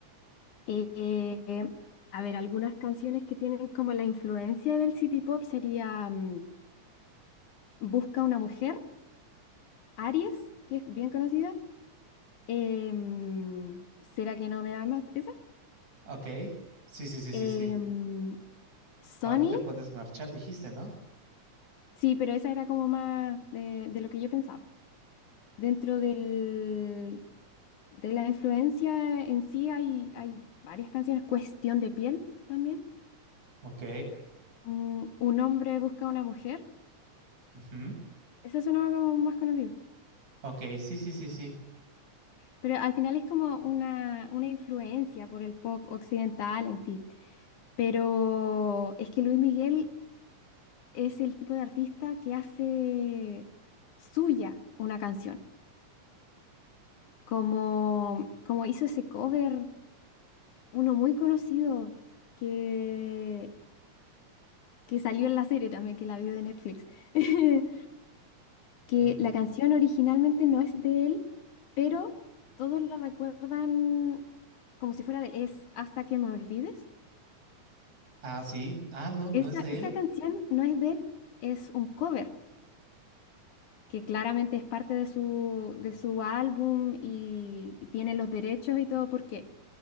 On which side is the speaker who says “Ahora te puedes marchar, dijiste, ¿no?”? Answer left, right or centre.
Right